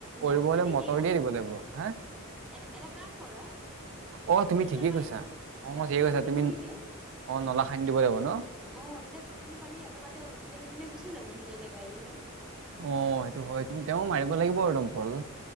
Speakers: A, on the right (about 60°); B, in the centre.
A: কৰিব
B: গাঁত
A: হ'লে
B: খান্দি
A: মটৰ
B: দিয়া
A: দিয়ে দিব লাগিব হা।
B: এনে এটা কাম কৰা?
A: অ',
B: দমকলটো
A: তুমি ঠিকেই
B: যে মাৰিবা
A: কৈছা, অ'
B: গাঁতটো
A: ঠিকেই কৈছা
B: খান্দি
A: তুমি,
B: খান্দি দিয়া
A: অ' নলা খান্দি দিব লাগিব ন।
B: অ', তেতিয়া গোটেইখিনি পানী একেবাৰতে এপিনে-সেপিনে গুচি যাব নিজৰ জেগাই, জেগাই।
A: অ', সেইটো হয় কিন্তু তেওঁ মাৰিব লাগিব আৰু দমকল।